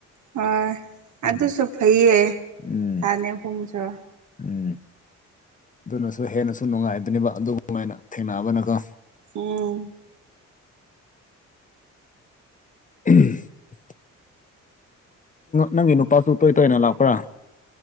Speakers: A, on the right; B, on the left.
A: ꯍꯣꯏ
B: ꯎꯝ
A: ꯑꯗꯨꯁꯨ ꯐꯩꯌꯦ
B: ꯎꯝ
A: ꯊꯥꯅꯦꯒꯨꯝꯁꯨ
B: ꯎꯝ ꯑꯗꯨꯅꯁꯨ ꯍꯦꯟꯅꯁꯨ ꯅꯨꯡꯉꯥꯏꯕꯅꯦꯕ ꯑꯗꯨꯒꯃꯥꯏꯅ ꯊꯦꯡꯅꯅꯕꯅꯒ
A: ꯎꯝ
B: ꯎꯝ ꯅꯪꯒꯤ ꯅꯨꯄꯥꯁꯨ ꯇꯣꯏ ꯇꯣꯏꯅ ꯂꯥꯛꯄ꯭ꯔꯥ